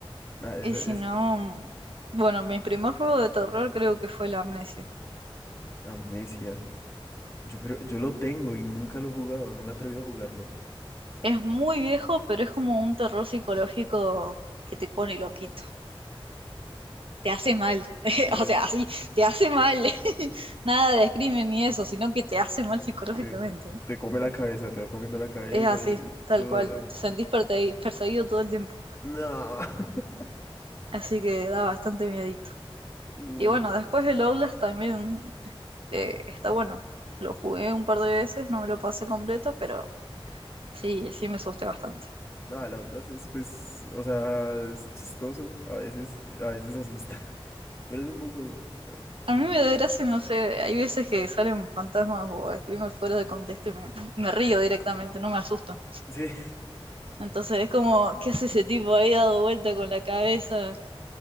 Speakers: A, on the left; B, on the right.
A: Nada, eso
B: Y si
A: es
B: no, bueno, mi primer juego de terror creo que fue la Amnesia.
A: amnesia. Yo creo, yo lo tengo y nunca lo he jugado, no me he atrevido a jugarlo.
B: Es muy viejo, pero es como un terror psicológico que te pone loquito. Te hace mal. <laughs>
A: Sí.
B: O sea, así te hace mal. <laughs> Nada de crimen ni eso, sino que te hace mal psicológicamente.
A: Sí. Te come la cabeza, te va comiendo la cabeza
B: Es así,
A: y...
B: tal
A: uh,
B: cual. Te sentís perseguido, perseguido todo el tiempo.
A: no. <laughs>
B: Así que da bastante miedito.
A: Uh,
B: Y bueno, después el Outlast también eh, está bueno. Lo jugué un par de veces, no me lo pasé completo, pero sí, sí me asusté bastante.
A: no, la onda es, pues, o sea, es chistoso, a veces, a veces asusta, <laughs> pero es un buen juego.
B: A
A: Eh,
B: mí me da gracia, no sé, hay veces que salen fantasmas o screamers fuera de contexto y me, me río directamente, no me asusto.
A: Sí,
B: Entonces es como, ¿qué hace ese tipo ahí dado vuelta con la cabeza?